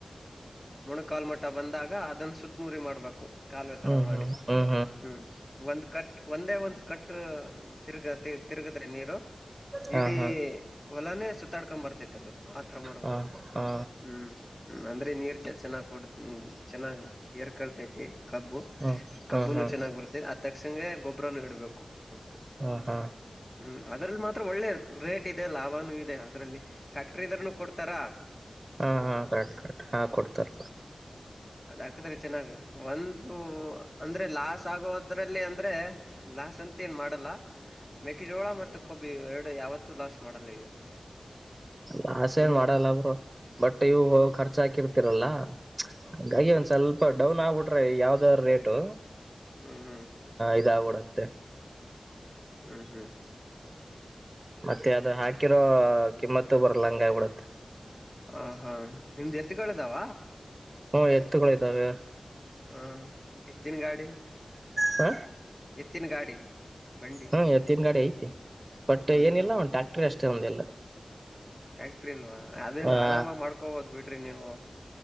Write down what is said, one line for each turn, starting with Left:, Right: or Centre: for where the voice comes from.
Left: ಮೊಣಕಾಲು ಮಟ್ಟ ಬಂದಾಗ ಅದನ್ನ ಸುುತ್ತಮುರಿ ಮಾಡ್ಬೇಕು ಕಾಲುವೆ ತರ
Right: ಹ್ಮ್
Left: ಮಾಡಿ
Right: ಹ್ಮ್ ಹ್ಮ್
Left: ಹ್ಮ್ ಒಂದ್ ಕಟ್ ಒಂದೇ ಒಂದ್ ಕಟ್ ತಿರುಗ ತಿರುಗದ್ರೆ ನೀರು
Right: ಹಾ
Left: ಇಡೀ
Right: ಹಾ
Left: ಹೊಲಾನೆ ಸುತ್ತಡ್ಕೊಂಡ್ ಬರ್ತೈತ್ ಅದು ಆತರ ಮಾಡ್ಬೇಕು
Right: ಹಾ ಹಾ
Left: ಹ್ಮ್ ಹ್ಮ ಅಂದ್ರೆ ನೀರ್ ಚ ಚೆನ್ನಾಗ್ ಕೊಡ್ ಚೆನ್ನಾಗ್ ಏರ್ ಕಳ್ತೈತಿ ಕಬ್ಬು
Right: ಹಾ ಹಾ
Left: ಕಬ್ಬುನು
Right: ಹಾ
Left: ಚೆನ್ನಾಗ್ ಬರ್ತದೆ ಅದ್ ತಕ್ಷಣ ಗೊಬ್ಬ್ರನುೂ ಇಡ್ಬೇಕು ಉಪ್ಪು
Right: ಹಾ ಹಾ ಹಾ
Left: ಹ್ಮ್ ಅದ್ರಲ್ಲಿ ಮಾತ್ರ ಒಳ್ಳೆ ರೇಟ್ ಇದೆ ಲಾಭಾನೂ ಇದೆ ಅದರಲ್ಲಿ ಫ್ಯಾಕ್ಟರಿದರನು ಕೊಡ್ತಾರಾ
Right: ಹಾ ಹಾ ಕರೆಕ್ಟ್ ಕರೆಕ್ಟ್ ಹಾ ಕೊಡ್ತಾರ
Left: ಅದ ಹಾಕದ್ರೆ ಚೆನ್ನಾಗ ಒಂದು ಅಂದ್ರೆ ಲಾಸ್ ಆಗೋದ್ರಲ್ಲಿ ಅಂದ್ರೆ ಲಾಸ್ ಅಂತ ಏನ್ ಮಾಡಲ್ಲ ಮೆಕ್ಕೆಜೋಳ ಮತ್ತು ಕಬ್ಬು ಎರಡು ಯಾವತ್ತೂ ಲಾಸ್ ಮಾಡಲ್ಲ ಇವು
Right: ಲಾಸ್
Left: ಇನ್ನು
Right: ಏನ್ ಮಾಡಲ್ಲ ಬಿಡು ಬಟ್ ಇವು
Left: ಹ್ಮ್
Right: ಖರ್ಚ ಹಾಕಿರ್ತಿರಲ್ಲ ಹಂಗಾಗಿ
Left: ಹ್ಮ್
Right: ಒಂದ್ ಸ್ವಲ್ಪ ಡೌನ್ ಆಗ್ಬಿಟ್ಟು ಬಿಟ್ರೆ ಯಾವ್ದ ರೇಟು
Left: ಹ್ಮ್ ಹ್ಮ್
Right: ಇದಾಗ ಬಿಡುತ್ತೆ
Left: ಹ್ಮ ಹ್ಮ್ಮ್
Right: ಮತ್ತೆ ಅದ ಹಾಕಿರೋ ಕಿಮ್ಮತ್ತು ಬರಲ್ಲ ಹಂಗ ಆಗಿ ಬಿಡತ್
Left: ಹ ಹಾ ನಿಮ್ದ್ ಎತ್ತ್ ಗಳಿದವ
Right: ಹ್ಮ್ ಎತ್ತುಗಳ ಇದ್ದಾವೆ
Left: ಹಾ ಎತ್ತಿನ ಗಾಡಿ
Right: ಹ
Left: ಎತ್ತಿನ್ ಗಾಡಿ ಬಂಡಿ
Right: ಹ್ಮ್ ಎತ್ತಿನಗಾಡಿ ಐತಿ ಬಟ್
Left: ಹ್ಮ್
Right: ಏನಿಲ್ಲ
Left: ಹ್ಮ್
Right: ಒಂದು ಟ್ಯಾಕ್ಟರ್ ಅಷ್ಟೇ ಒಂದಿಲ್ಲ
Left: ಟ್ಯಾಕ್ಟ್ರಿ ಇಲ್ವಾ ಅದೇನ
Right: ಆ
Left: ಆರಾಮಾಗಿ ಮಾಡ್ಕೋಬೋದು ಬಿಡ್ರಿ ನೀವು